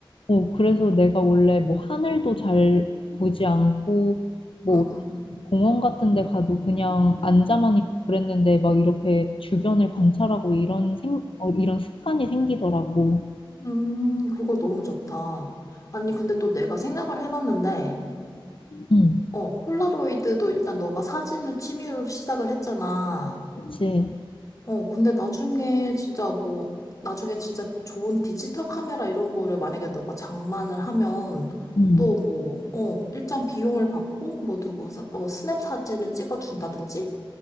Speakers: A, on the left; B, on the left.
A: 어, 그래서 내가 원래 뭐 하늘도 잘 보지 않고 뭐
B: 음,
A: 공원 같은 데 가도 그냥 앉아만 있고 그랬는데 막 이렇게 주변을 관찰하고 이런 생, 어, 이런 습관이 생기더라고.
B: 음, 그거 너무 좋다. 아니, 근데 또 내가 생각을 해봤는데,
A: 응,
B: 어, 폴라로이드도 일단 너가 사진을 취미로 시작을 했잖아.
A: 그치.
B: 어, 근데 나중에 진짜 뭐, 나중에 진짜 좋은 디지털 카메라 이런 거를 만약에 너가 장만을 하면
A: 응.
B: 또 뭐, 어, 일정 비용을 받고 뭐 누구 사- 어, 스냅 사진을 찍어준다든지?